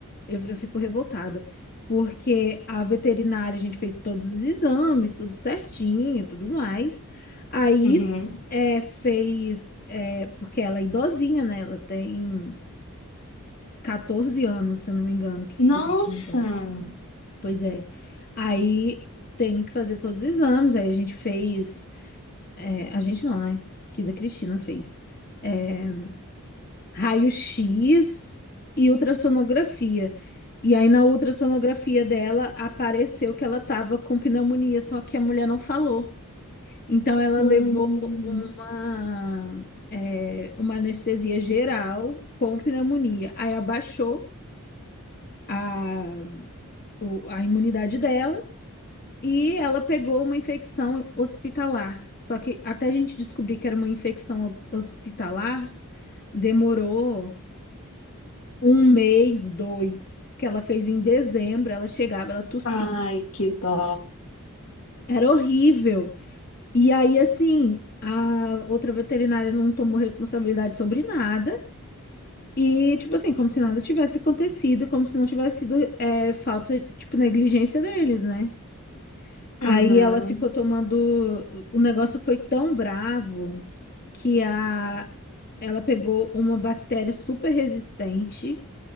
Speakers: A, on the left; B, on the left.
A: eu, eu fico revoltada. Porque a veterinária, a gente fez todos os exames, tudo certinho, tudo mais. Aí
B: Uhum.
A: é, fez. é, porque ela é idosinha, né? Ela tem 14 anos, se eu não me engano, que
B: Nossa!
A: que da Cristina tem. Pois é. Aí tem que fazer todos os exames. Aí a gente fez. é, a gente não, né? Que da Cristina fez. eh, raio-x e ultrassonografia. E aí na ultrassonografia dela apareceu que ela estava com pneumonia, só que a mulher não falou. Então ela
B: Hum.
A: levou uma, é, uma anestesia geral com pneumonia. Aí abaixou a, o- a imunidade dela e ela pegou uma infecção hospitalar. Só que até a gente descobrir que era uma infecção hos- hospitalar, demorou. Um mês, dois, porque ela fez em dezembro, ela chegava, ela tossia.
B: Ai, que dó.
A: Era horrível. E aí, assim, a outra veterinária não tomou responsabilidade sobre nada. E, tipo assim, como se nada tivesse acontecido, como se não tivesse sido é, falta, tipo, negligência deles, né?
B: Uhum.
A: Aí ela ficou tomando. O negócio foi tão bravo que a... ela pegou uma bactéria super resistente